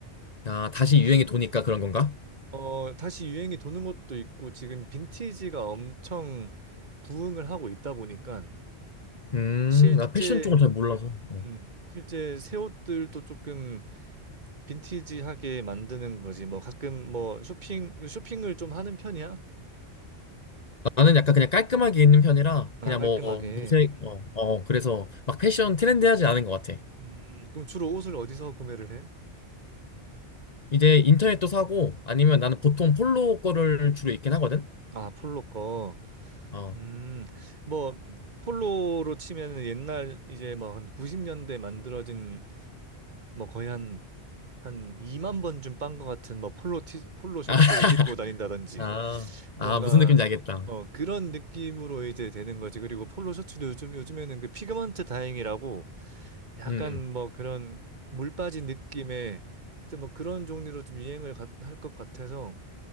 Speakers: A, on the left; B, on the right.
A: 아, 다시 유행이 도니까 그런 건가?
B: 어, 다시 유행이 도는 것도 있고 지금 빈티지가 엄청 부흥을 하고 있다 보니까
A: 음,
B: 실제
A: 나 패션 쪽은 잘 몰라서. 어.
B: 음, 실제 새 옷들도 조금 빈티지하게 만드는 거지. 뭐 가끔 뭐 쇼핑 쇼핑을 좀 하는 편이야?
A: 나는 약간 그냥 깔끔하게 입는 편이라
B: 아,
A: 그냥
B: 깔끔하게.
A: 뭐 무색, 어, 어, 그래서 막 패션 트렌디하지 않은 것 같아.
B: 음, 그럼 주로 옷을 어디서 구매를 해?
A: 이제 인터넷도 사고 아니면 나는 보통 폴로 거를 주로 입긴 하거든?
B: 아, 폴로 거.
A: 어.
B: 음, 뭐 폴로로 치면은 옛날 이제 뭐 한 90년대 만들어진 뭐 거의 한 한 2만 번쯤 빤 것 같은 뭐 폴로 티, 폴로 셔츠를
A: 아, <laughs>
B: 입고 다닌다든지
A: 아, 아,
B: 뭔가
A: 무슨 느낌인지 알겠다.
B: 어 그런 느낌으로 이제 되는 거지. 그리고 폴로 셔츠도 요즘 요즘에는 그 피그먼트 다잉이라고 약간
A: 음,
B: 뭐 그런 물 빠진 느낌의 하여튼 뭐 그런 종류로 좀 유행을 할 것 같아서